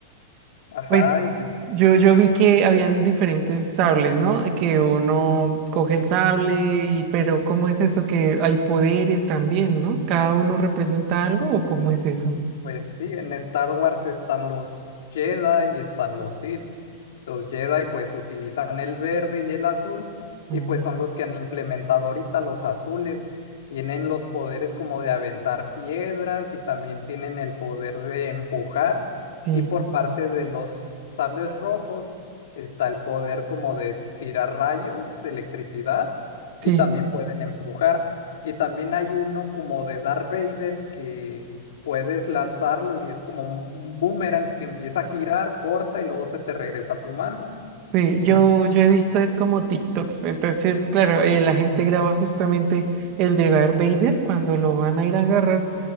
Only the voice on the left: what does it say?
Ajá,
y
Pues sí, en Star Wars están los Jedi y están los Sith. Los Jedi pues utilizan el verde y el azul
y pues son los que han implementado ahorita los azules. Tienen los poderes como de aventar piedras y también tienen el poder de empujar.
Y por parte de los sables rojos está el poder como de tirar rayos, electricidad
y también pueden empujar. Y también hay uno como de Darth Vader que puedes lanzarlo y es como un boomerang que empieza a girar, corta y luego se te regresa a tu mano.
Y